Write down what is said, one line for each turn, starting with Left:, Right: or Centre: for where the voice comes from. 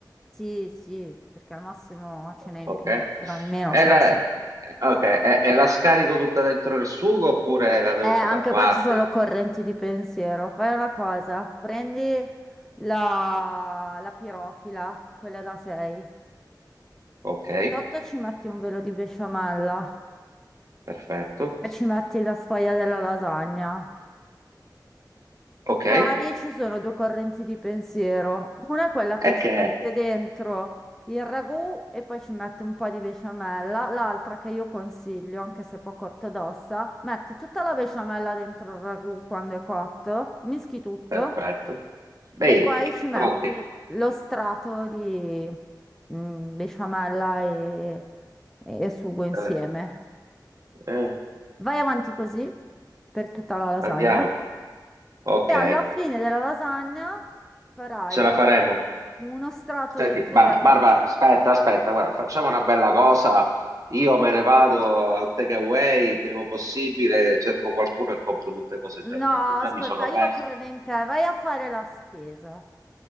Centre: Sì, sì, perché al massimo ce n'è in
Right: Ok.
Centre: più, però in meno
Right: E
Centre: se
Right: la,
Centre: no è secca.
Right: ok, e, e la scarico tutta dentro il sugo oppure la devo
Centre: Eh, anche
Right: fare a parte?
Centre: qua ci sono correnti di pensiero. Fai una cosa, prendi la, la pirofila, quella da 6.
Right: Ok,
Centre: Sotto ci metti un velo di besciamella
Right: perfetto.
Centre: e ci metti la sfoglia della lasagna.
Right: Ok,
Centre: Poi
Right: e
Centre: ci sono due correnti di pensiero. Una è quella che ci
Right: che è?
Centre: mette dentro il ragù e poi ci mette un po' di besciamella. L'altra che io consiglio, anche se poco ortodossa, metti tutta la besciamella dentro il ragù quando è cotto, mischi tutto.
Right: Perfetto. Beh,
Centre: E poi ci metti
Right: ok,
Centre: lo strato di mm, besciamella e, e sugo insieme.
Right: eh, eh,
Centre: Vai avanti così per tutta la lasagna
Right: andiamo. Ok,
Centre: e alla fine della lasagna farai
Right: ce la faremo.
Centre: uno strato
Right: Senti,
Centre: leggero
Right: Bar- Barbara,
Centre: di sugo.
Right: aspetta, aspetta, guarda, facciamo una bella cosa. Io me ne vado al takeaway il prima possibile, cerco qualcuno e compro tutte cose
Centre: No,
Right: già pronte. Già
Centre: ascolta,
Right: mi sono
Centre: io
Right: perso.
Centre: credo in te, vai a fare la spesa.